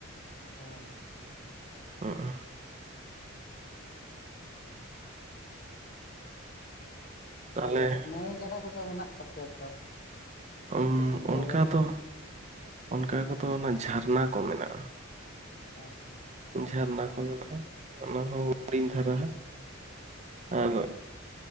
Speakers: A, on the left (about 40°); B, on the right (about 35°).
A: ᱦᱚᱭ
B: <unintelligible>
A: <unintelligible>
B: ᱛᱟᱦᱚᱞᱮ
A: ᱛᱟᱞᱮ ᱱᱟᱹᱭ ᱜᱟᱰᱟ ᱠᱚᱫᱚ ᱢᱮᱱᱟᱜ ᱛᱟᱯᱮᱭᱟ ᱛᱚ?
B: ᱟ.
A: ᱛᱩᱯᱩᱱ
B: ᱢ
A: ᱡᱟᱭᱜᱟ
B: ᱚᱱᱠᱟ
A: ᱠᱚ
B: ᱫᱚ ᱚᱱᱠᱟ ᱠᱚᱫᱚ ᱚᱱᱟ ᱡᱷᱟᱨᱱᱟ ᱠᱚ ᱢᱮᱱᱟᱜᱼᱟ᱾
A: ᱟᱪᱪᱷᱟ ᱪᱷᱟ᱾
B: ᱡᱷᱟᱨᱱᱟ ᱠᱚ ᱢᱮᱱᱟᱜᱼᱟ ᱚᱱᱟ ᱦᱚᱸ ᱦᱩᱰᱤᱧ ᱫᱷᱟᱨᱟ ᱟᱜ ᱟᱨᱼᱼ